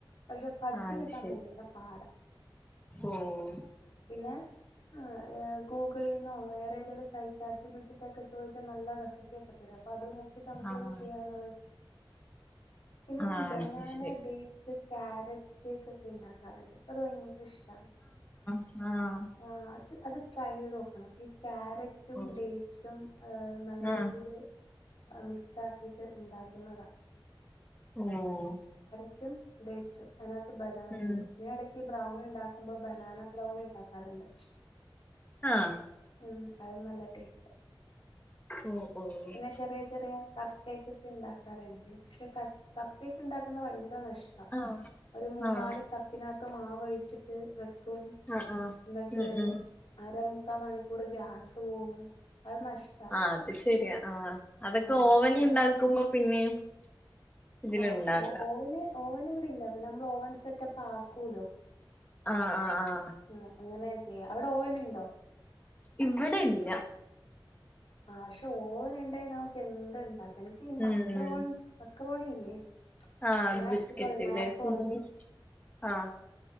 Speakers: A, on the left; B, on the left.
A: പക്ഷെ
B: ആഹ്
A: ച്ച് കിട്ടാൻ
B: ശരി
A: ഭയങ്കര പാട
B: ഓഹ്
A: പിന്നെ ആ ഗൂഗിളിൽന്നോ വേറെ ഏതെലും site chat G P T വിട്ടിട്ടൊക്കെ ചോദിച്ചാൽ നല്ല റെസിപ്പിയൊക്കെ ചിലപ്പോ അത് നോക്കിട്ട് നമുക്ക്
B: ആഹ്
A: ചെയ്യാവുന്നതേ പിന്നെ
B: ആഹ്
A: ഞാൻ ബെനാന
B: അത് ശരി
A: ഡേറ്റ് സ് ക്യാരറ്റ് കേക്ക് ഇണ്ടാക്കാറുണ്ട് എനക്ക് അത് ഭയങ്കര ഇഷ്ടാ
B: ആ
A: ആ് അത് അത് ട്രൈ ചെയ്ത് നോക്കണം ഈ ക്യാരറ്റും
B: ഓഹ്
A: ഡേറ്റ്സും നല്ല
B: ആഹ്
A: രീതിയിൽ മിക്സ് ആക്കിയിട്ട് ഇണ്ടാക്കുന്നതാ
B: ഓഹ്
A: റ്റും ഡെയ്റ്റ്സും ബനാന
B: ഉം
A: ഇടും ഞാൻ ഇടക്ക് ബ്രൗണി ഉണ്ടാക്കുമ്പോ ബനാന ബ്രൗണി ഉണ്ടാക്കാറുണ്ട്
B: ആഹ്
A: ഉം അത് നല്ല ടേസ്റ്റ്
B: ഓഹ് ഓഹ്
A: പിന്നെ ചെറിയ ചെറിയ കപ്പ് കേക്ക് ഒക്കെ ഉണ്ടാക്കാറുണ്ട് പക്ഷെ കപ്പ് കേക്ക് ഉണ്ടാക്കുന്നാ ഭയങ്കര നഷ്ട
B: ആഹ്
A: ഒരു മൂന്നാല്
B: ആഹ്
A: കപ്പിനാത്ത് മാവോഴിച്ചിട്ട് വെക്കും
B: ആഹ് ആഹ്
A: എന്നിട്ട്
B: ഉം ഉം
A: അരമുക്കാ മണിക്കൂർ ഗ്യാസ് പോവും അത് നഷ്ടാ
B: ആഹ് അത് ശരിയാ ആഹ് അതൊക്കെ
A: ആഹ്
B: ഓവനിൽ ഉണ്ടാക്കുമ്പോ പിനേം ഇതിലുണ്ടാക്കാം
A: ആഹ് ഓവന് ഓവൻ ഇവിടെ ഇല്ല നമ്മൾ ഓവൺ സെറ്റപ്പ് ആക്കുല്ലോ
B: ആഹ് ആഹ് ആഹ്
A: ഉം അങ്ങനെയ ചെയ്യ അവിടെ ഓവാൻ ഇണ്ടോ
B: ഇവിടെ ഇല്ല
A: ആഹ് ക്ഷെ ഓവന ഉണ്ടെ നമുക്ക് എന്ത് ഇണ്ടാക്കാം എനിക്ക് ഈ മക്രോൺ
B: ഉം ഉം
A: മക്രോണി ഇല്ലേ
B: ആഹ്
A: മാക്
B: ബിസ്ക്കെറ്റ്
A: സോറി
B: <unintelligible>
A: മാക്രോൺസ്
B: ആഹ്